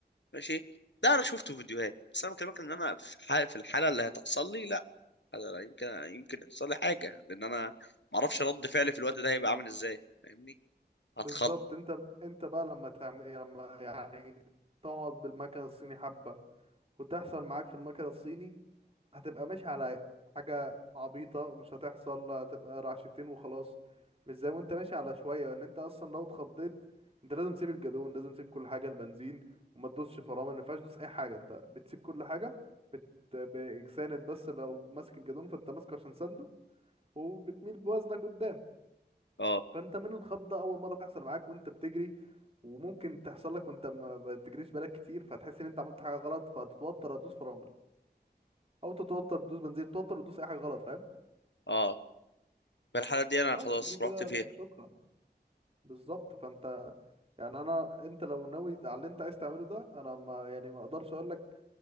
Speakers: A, on the left; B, on the right.
A: ماشي ده انا شفته في فيديوهات بس انا بكلمك ان انا في حال- في الحاله اللي هتحصل لي لا أنا يمكن يمكن يحصل لي حاجه لان انا ما اعرفش رد فعلي في الوقت ده هيبقى عامل ازاي فاهمني هتخض
B: بالظبط انت انت بقى لما تعمل ايه، لما يعني تقعد بالمكنة الصيني حبة وتحصل معاك في المكنة الصيني هتبقى ماشي على حاجة عبيطة مش هتحصل هتبقى رعشتين وخلاص مش زي وانت ماشي على شوية وان انت اصلا لو اتخضيت انت لازم تسيب الجدون لازم تسيب كل حاجة البنزين وما تدوسش فرامل ما ينفعش تدوس اي حاجة انت بتسيب كل حاجة بت... بساند بس لو ماسك الجدون فانت ماسكه عشان سنده وبتميل بوزنك قدام
A: اه
B: فانت منه الخضه اول مره تحصل معاك وانت بتجري وممكن تحصل لك وانت ما بتجريش بالك كتير فتحس ان انت عملت حاجه غلط فتتوتر تدوس فرامل او تتوتر تدوس بنزين تتوتر وتدوس اي حاجه غلط فاهم
A: اه في الحاله دي انا
B: فبس
A: خلاص
B: دي كده
A: رحت فيها
B: شكرا بالظبط فانت يعني انا انت لو ناوي على اللي انت عايز تعمله ده انا ما يعني ما اقدرش اقول لك